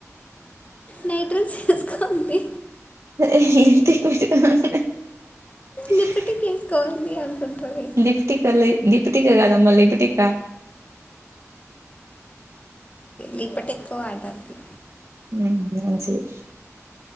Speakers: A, on the left; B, on the right.
A: నైట్ డ్రెస్ వేసుకుంది
B: ంటి
A: లిప్టిక్ వేసుకోండి అనుకుంటుంది
B: లిఫ్టిక్ లే లిప్టిక కాదమ్మ లిపిటికా
A: లిపటికో అంటాది.
B: హ్మ్ మంచిది